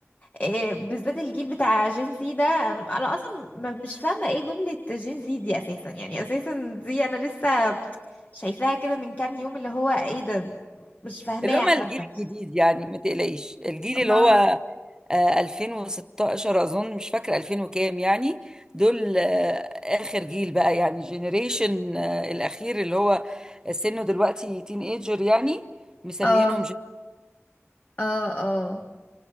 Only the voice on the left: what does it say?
آه، بالذات الجيل بتاع جين سي ده انا أنا اصلا ما- مش فاهمة ايه جملة جين سي دي اساسا يعني اساسا دي انا لسه شايفاها كده من كام يوم اللي هو ايه ده مش فاهماها
حتى
ما
اه
اه اه